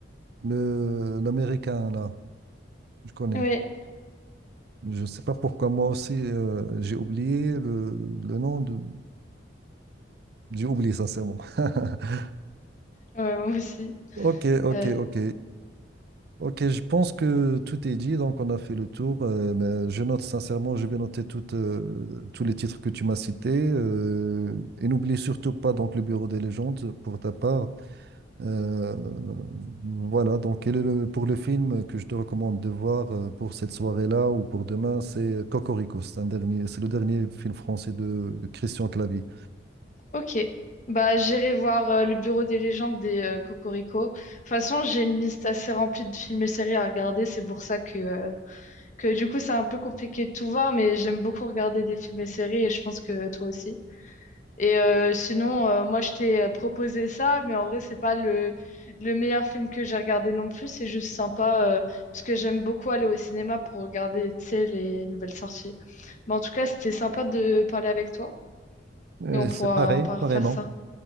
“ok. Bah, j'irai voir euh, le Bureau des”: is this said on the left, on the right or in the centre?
Left